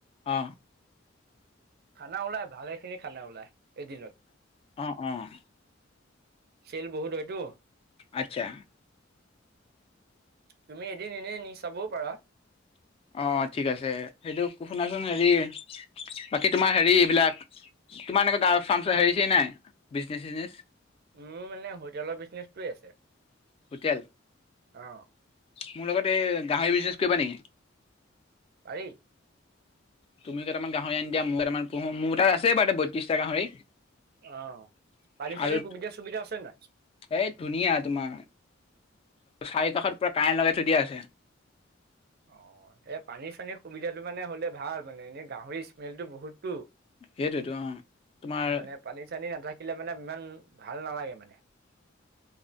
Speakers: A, on the left (about 30°); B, on the right (about 55°).
A: অ'।
B: খানা ওলাই ভালে খিনি খানা ওলাই এদিনত।
A: অ', অ'।
B: চেল বহুত হয়তো।
A: আচ্ছা।
B: তুমি এদিন এনেই নি চাবওঁ পাৰা।
A: অ', অ' ঠিক আছে সেইটো, শুনাচোন হেৰি বাকী তোমাৰ হেৰি এইবিলাক তোমাৰ একুৱা গৱৰ ফাৰ্ম হেৰিছে নাই বিজনেচ চিজনেচ?
B: মোৰ মানে হোটেলৰ বিজনেচটোৱে আছে।
A: হোটেল?
B: অঁ।
A: মোৰ লগত এই গাহৰি বিজনেচ কৰিবা নেকি?
B: পাৰি।
A: তুমি কেইটামান গাহৰি আনি দিয়া, মইও কেইামান পোহো, মোৰ কেইতা আছেই বাৰু বত্ৰিছটা গাহৰি।
B: অ' পানী চানী
A: আৰু
B: সুবিধা সুবিধা আছে নাই?
A: এই ধুনীয়া তোমাৰ চাৰি কাষত পুৰা কাৰেণ্ট লগাই থৈ দিয়া আছে।
B: অ' এই পানী চানীৰ সুবিধাটো মানে হ'লে ভাল মানে এনেই গাহৰি স্মেলটো বহুততো।
A: সেইতোৱেটো, অ' তোমাৰ
B: মানে পানী চানী নাথাকিলে মানে ইমান ভাল নালাগে মানে।